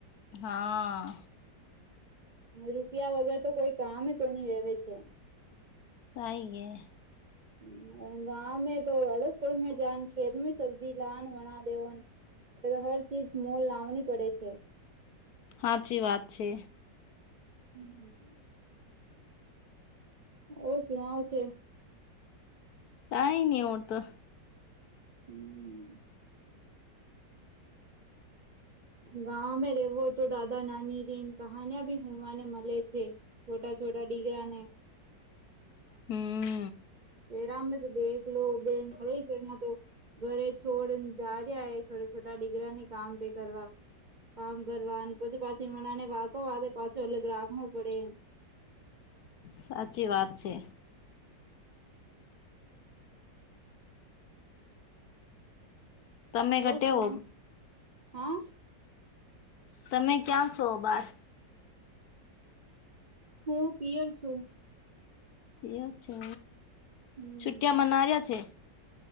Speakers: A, on the left; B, on the right.
A: હા
B: રૂપિયા વગર તો કોઈ કામ કોની વેવે છે
A: સાહીએ
B: હમ ગા મે તો હરતપુર મે જાન ખેત સબ્જી લાન વણા દેવન એટલે તો હર ચીજ મો લાવણી પડે છે
A: હાચી વાત છે.
B: હમ ઓ શણવ છે.
A: કાઈ ની ઓડ તો
B: હમ ગાવમે રવો તો દાદા, નાની રી કહાનિયા ભી હણવાને મલે છે. છોટા છોટા ડિગરાને
A: હમ
B: એરામને તો દેખ લો બેન ખરે જણા તો ઘરે છોડ જા રહ્યાય, છોટા છોટા ડિગરા ની કામ પે કરવા કામ કરવા પછી, પાછી મનાને વાખો વારે પાછું અલગ રાખવું પડે.
A: સાચી વાત છે. તમે ઘટેવો
B: ઓ સુણો હા?
A: તમે ક્યાં છો બાર?
B: હું પિયર છું.
A: એવ છે.
B: હમ
A: છુટિયા મનારિયા છે.